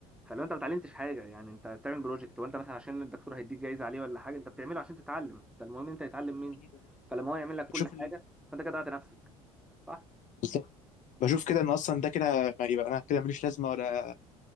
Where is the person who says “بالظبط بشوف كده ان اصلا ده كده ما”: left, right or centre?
Left